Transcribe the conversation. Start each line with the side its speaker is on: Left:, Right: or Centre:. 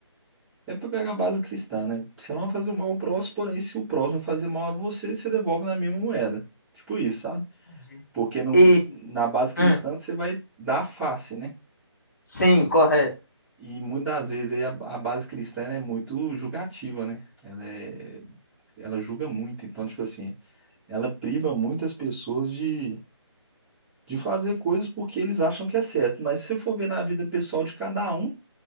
Centre: é para pegar a base cristã, né? Você não vai fazer o mal ao próximo, porém, se o próximo fazer mal a você, você devolve na mesma moeda. Tipo isso, sabe?
Left: digo.
Centre: Porque no-
Left: E,
Centre: na base cristã
Left: hum,
Centre: você vai dar face, né?
Left: sim, correto.
Centre: E muitas das vezes aí a, a base cristã ela é muito julgativa, né? Ela é, ela julga muito, então, tipo assim, ela priva muitas pessoas de, de fazer coisas porque eles acham que é certo. Mas se você for ver na vida pessoal de cada um,